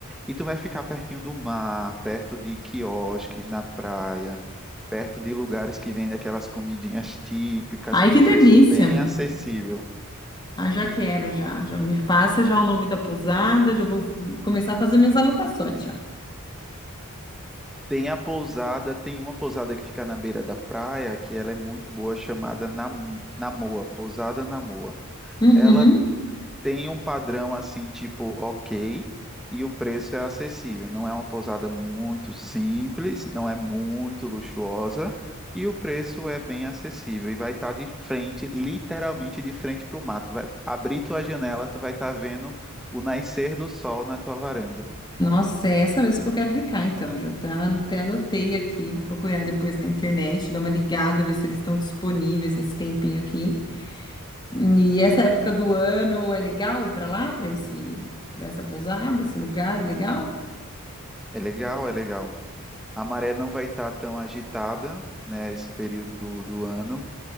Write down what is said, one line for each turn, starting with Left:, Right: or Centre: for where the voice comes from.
Centre: E tu vai ficar pertinho do mar, perto de quiosques na praia, perto de lugares que vendem aquelas comidinhas típicas
Left: Ai,
Centre: com
Left: que
Centre: preço
Left: delícia!
Centre: bem acessível.
Left: Ah, já quero, já. Já me passa já o nome da pousada, já vou começar a fazer minhas anotações já.
Centre: Tem a pousada, tem uma pousada que fica na beira da praia, que ela é muito boa, chamada Nam- Namoa, Pousada Namoa.
Left: Uhum.
Centre: Ela tem um padrão assim, tipo, ok, e o preço é acessível. Não é uma pousada muito simples, não é muito luxuosa, e o preço é bem acessível. E vai estar de frente, literalmente de frente para o mato. Vai abrir tua janela, tu vai estar vendo o nascer do sol na tua varanda.
Left: Nossa, é essa mesmo que eu quero ficar, então. Já tá, até anotei aqui, vou procurar depois na internet, dar uma ligada, ver se eles estão disponíveis nesse tempinho aqui. E essa época do ano é legal ir para lá, para esse, para essa pousada, esse lugar é legal?
Centre: É legal, é legal. A maré não vai estar tão agitada, né, esse período do, do ano.